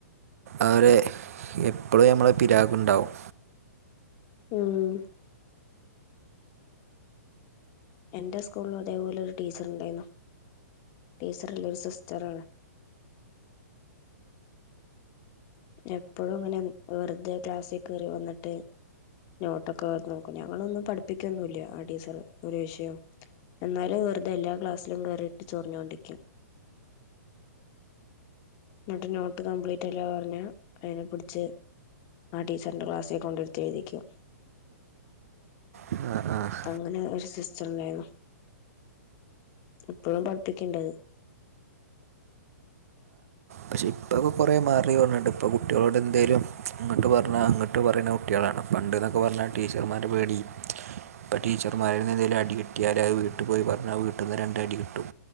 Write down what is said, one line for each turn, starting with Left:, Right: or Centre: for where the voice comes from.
Right: അവരെ എപ്പളും നമ്മളെ പിരാഗ്ണ്ടാകും
Left: ഉം എന്റെ സ്കൂളില അതേപോലെ ഒരു ടീച്ചർ ഉണ്ടായിരുന്നു ടീച്ചർല്ല ഒരു സിസ്റ്ററാണ് എപ്പഴും ഇങ്ങനെ വെറുതെ ക്ലാസ്സി കേറി വന്നിട്ട് നോട്ടൊക്കെ നോക്കും ഞങ്ങളൊന്നും പഠിപ്പിക്കൊന്നുല്ല ആ ടീച്ചറ് ഒരു വിഷയം എന്നാലും വെറുത എല്ലാ ക്ലാസിലും കേറിയിട്ട് ചൊറിഞ്ഞോണ്ടിരിക്കും ന്നട്ട് നോട്ട് കംപ്ലീറ്റ് അല്ല പറഞ്ഞ അതിനെ പിടിച്ച് ആ ടീച്ചറിൻന്റെ ക്ലാസ്സിൽ കൊണ്ടര്ത്തി എഴുതിക്കും
Right: അഹ് ആഹ്
Left: അങ്ങനെ ഒരു സിസ്റ്റളേന്നു ഇപ്പഴും പഠിപ്പിക്കിണ്ടത്
Right: പക്ഷെ ഇപ്പൊക്കെ കുറേ മാറി പറഞ്ഞിട്ട് ഇപ്പ കുട്ടികളോട് എന്തേലും അങ്ങട്ട് പറഞ്ഞാ ങ്ങട്ട് പറിണ കുട്ട് കുട്ടിആളാണ് പണ്ട് ന്നൊക്കെ പറഞ്ഞാ ടീച്ചർമാരെ പേടിയന്നു ഇപ്പ ടീച്ചർമാര്ൽ എന്തേലും അടി കിട്ടിയാല് അത് വീട്ട് പോയി പറഞ്ഞാ വീട്ടന്ന് രണ്ട് അടി കിട്ടും